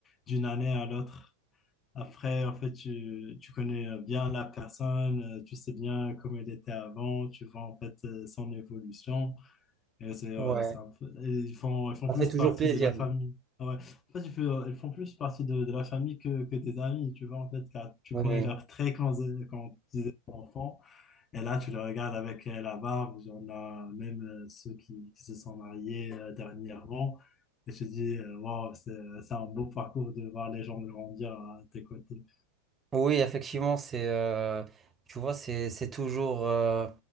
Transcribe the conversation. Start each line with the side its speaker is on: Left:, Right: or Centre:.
Left: d'une année à l'autre. Après, en fait, tu, tu connais bien la personne, euh, tu sais bien comment elle était avant, tu vois, en fait, euh, son évolution. Et c'est, euh,
Right: Ouais.
Left: c'est un peu- et ils font, ils font
Right: Ça
Left: plus
Right: fait toujours
Left: partie
Right: plaisir.
Left: de la famille. Ah Ouais. En fait, ils font, ils font plus partie de, de la famille que, que tes amis, tu vois, en fait, car tu
Right: Oui,
Left: connais leurs traits quand, quand ils étaient enfants. Et là, tu le regardes avec euh, la barbe, on a même euh, ceux qui, qui se sont mariés euh, dernièrement. Et je dis, euh, wow, c'est, c'est un beau parcours de voir les gens grandir à tes côtés.
Right: oui, effectivement, c'est, euh, tu vois, c'est, c'est toujours, euh,